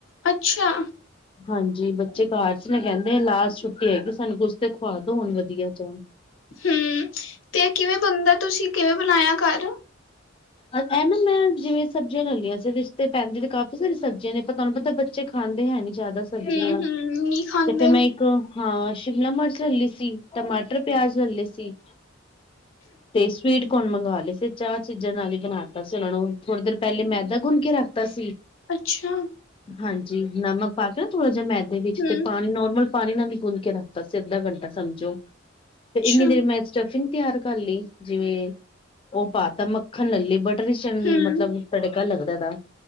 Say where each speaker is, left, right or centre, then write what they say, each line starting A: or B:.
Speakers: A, on the left; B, on the left.
A: ਅੱਛਾ?
B: ਹਾਂਜੀ, ਬੱਚੇ ਘਰ ਚ ਨੇ ਕਹਿੰਦੇ ਲਾਸਟ ਛੁੱਟੀ ਹੈਗੀ, ਸਾਨੂੰ ਕੁਛ ਤੇ ਖਵਾ ਦੋ ਹੁਣ ਵਧੀਆ ਜਿਹਾ।
A: ਹੂੰ, ਤੇ ਕਿਵੇਂ ਬਣਦਾ, ਤੁਸੀਂ ਕਿਵੇਂ ਬਣਾਇਆ ਘਰ?
B: ਇਹ ਨਾ ਮੈਂ ਜਿਵੇਂ ਸਬਜ਼ੀਆਂ ਲੈ ਲਈਆਂ ਸੀ, ਰਿਸ਼ਤੇ ਪੈਂਦੇ ਤੇ ਕਾਫ਼ੀ ਸਾਰੀ ਸਬਜ਼ੀਆਂ ਨੇ ਪਰ ਤੁਹਾਨੂੰ ਪਤਾ ਬੱਚੇ ਖਾਂਦੇ ਹੈ ਨੀ ਜ਼ਿਆਦਾ ਸਬਜ਼ੀਆਂ,
A: ਹਮ ਹਮ ਨਹੀਂ ਖਾਂਦੇ
B: ਤੇ ਫੇਰ ਮੈਂ ਇੱ ਕ ਹਾਂ, ਸ਼ਿਮਲਾ-ਮਿਰਚ ਲੈ ਲਈ ਸੀ, ਟਮਾਟਰ, ਪਿਆਜ ਲੈਣ ਲਏ ਸੀ ਤੇ ਸਵੀਟ ਕੋਣ ਮੰਗਵਾ ਲਏ ਸੀ ਚਾਹ ਚੀਜ਼ਾਂ ਨਾਲ ਹੀ ਬਣਾ ਦਿੱਤਾ ਸੀ ਉਹਨਾਂ ਨੂੰ ਥੋੜੀ ਦੇਰ ਪਹਿਲੇ ਮੈਦਾ ਗੁੰਨ ਕੇ ਰੱਖ ਦਿਤਾ ਸੀ।
A: ਅੱਛਾ।
B: ਹਾਂਜੀ ਨਮਕ ਪਾ ਕੇ ਨਾ ਥੋੜਾ ਜਿਹਾ ਮੈਦੇ ਵਿੱਚ
A: ਹਮ
B: ਤੇ ਪਾਣੀ ਨੋਰਮਲ ਪਾਣੀ ਨਾਲ ਹੀ ਗੁੰਨ ਕੇ ਰੱਖਦਾ ਸੀ ਅੱਧਾ ਘੰਟਾ ਸਮਝੋ ਤੇ
A: ਅੱਛਾ
B: ਇੰਨੀ ਦੇਰ ਮੈਂ ਸਟਫਿੰਗ ਤਿਆਰ ਕਰ ਲਈ ਜਿਵੇਂ ਉਹ ਪਾ ਤਾਂ ਮੱਖਣ ਲੱਲੇ ਬਟ ਟਡੀਸ਼ਨ
A: ਹਮ
B: ਮਤਲਬ ਤੜਕਾ ਲੱਗਦਾ ਇਹਦਾ।